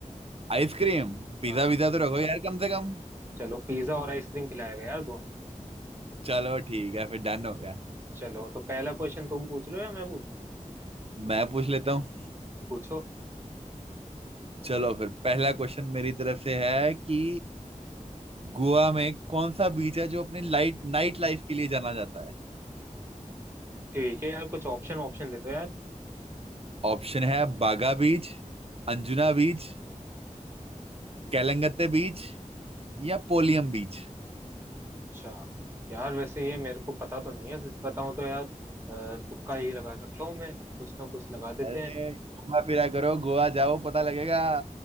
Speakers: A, on the right; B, on the right.
A: आइसक्रीम पिज्जा
B: हाँ
A: विज़ा तो रखो यार कम से कम
B: चलो पिज्जा और आइसक्रीम खिलाया गया यार दोनों
A: चलो ठीक है फिर डन हो गया
B: चलो तो पहला क्वेश्चन तुम पूछ रहे हो या मैं पूछ
A: मैं पूछ लेता हूँ
B: पूछो
A: चलो फिर पहला क्वेश्चन मेरी तरफ से है कि गोवा में कौन सा बीच है जो अपनी लाइट नाइट लाइफ के लिए जाना जाता है
B: ठीक है यार कुछ ऑप्शन ऑप्शन दे दो यार
A: ऑप्शन है बागा बीच अंजुना बीच केलंगते बीच या पोलियम बीच
B: अच्छा यार वैसे ये मेरे को पता तो नहीं है सच बताऊं तो यार अ, तुक्का ही लगा सकता हूँ मैं कुछ ना कुछ लगा देते
A: अरे
B: हैं
A: घूमा फिरा करो गोवा जाओ पता लगेगा